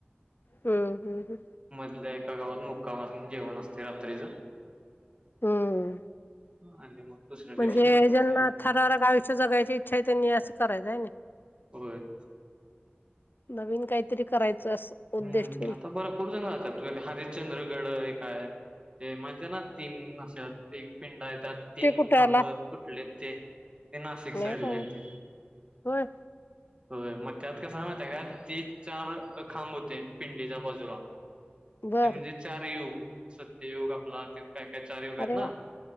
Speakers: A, on the left; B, on the right.
A: हम्म हम्म हम्म.
B: मधल्या एका गावात मुक्काम अस जेवण असतय रात्रीच.
A: हम्म.
B: ह आणि मग दुसऱ्या दिवशी
A: म्हणजे ज्यांना
B: अ
A: थरारक आयुष्य जगायची इच्छा आहे त्यांनी असं करायचं हाय नाइ.
B: होय.
A: नवीन काहीतरी करायचं. अस उद्देश
B: हम्
A: ठेवून
B: आता भरपुर जाण जातात हरिशचंद्र गड काय ते माहिती आहे ना तीन अस एक पिं त्यात तीन
A: ते कुठे
B: खांब
A: आला
B: तुटले ते ते नाशिक
A: नाही
B: साईड ला
A: का
B: येतय.
A: होय
B: होय मग त्यात कसा आहे माहिती आहे का तीन, चार खांब होते पिंडीच्या बाजूला
A: बर
B: ते म्हणजे चार युग सत्ययुग आपला काय काय चार युग आहेत
A: अरे
B: ना
A: वा